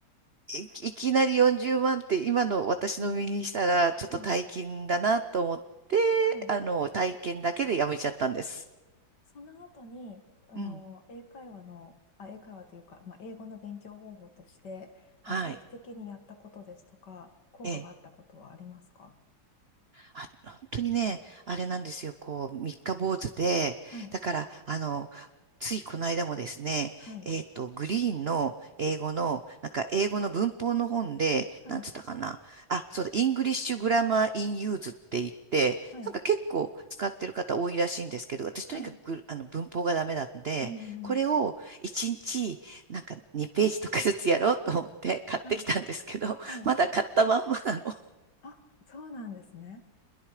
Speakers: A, on the right; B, on the left.
A: い、いきなり40万って今の私の身にしたらちょっと大金だなと思って、
B: うん、はい、はい。
A: あの、体験だけでやめちゃったんです。
B: その後に、あの、
A: うん。
B: 英会話の、あ、英会話というか、まあ、英語の勉強方法として、
A: はい。
B: まあ、長期的にやったことですとか、効果があったことはありますか
A: ええあ、<laughs> 本当にね、あれなんですよ、こう、三日坊主で、
B: はい、
A: だから、あの、ついこの間もですね、
B: はい、
A: えっと、グリーンの英語の、なんか英語の文法の本で、
B: はい、
A: なんつったかな、あ、そうだ、イングリッシュグラマーインユーズって言って、
B: はい、
A: なんか結構使ってる方多いらしいんですけど、私とにかくグあの文法がダメなんで、
B: はい。うん、
A: これを1日、
B: うん。
A: なんか2ページとかずつやろうと思って買ってきたんですけど、
B: はい、はい。
A: まだ買ったまんまなの。
B: あ、そうなんですね。